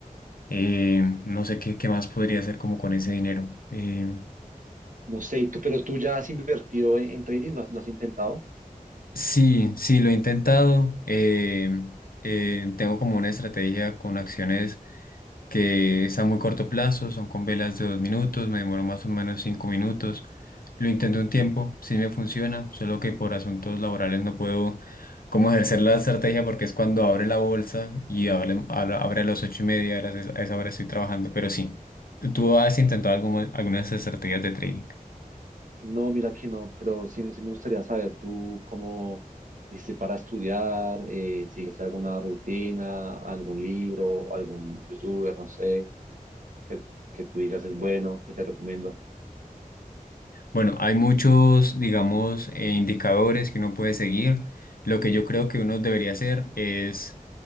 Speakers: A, on the left; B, on the right.
A: Eh, no sé qué, qué más podría hacer como con ese dinero. Eh,
B: No sé, ¿y tú, pero tú ya has invertido en, en trading, ¿Lo has lo has intentado?
A: sí, sí, lo he intentado. Eh, eh, tengo como una estrategia con acciones. que es a muy corto plazo, son con velas de dos minutos, me demoro más o menos cinco minutos. Lo intenté un tiempo, sí me funciona, solo que por asuntos laborales no puedo como ejercer la estrategia porque es cuando abre la bolsa y abre, abre abre a las ocho y media, a las- a esa hora estoy trabajando, pero sí. ¿Tú has intentado alguna, algunas estrategias de trading?
B: No, mira que no, pero sí, sí me gustaría saber tú cómo hiciste para estudiar, eh, sigues alguna rutina, algún libro, algún youtuber, no sé, que, que tú digas es bueno, que te recomiendo.
A: Bueno, hay muchos, digamos, eh, indicadores que uno puede seguir. Lo que yo creo que uno debería hacer es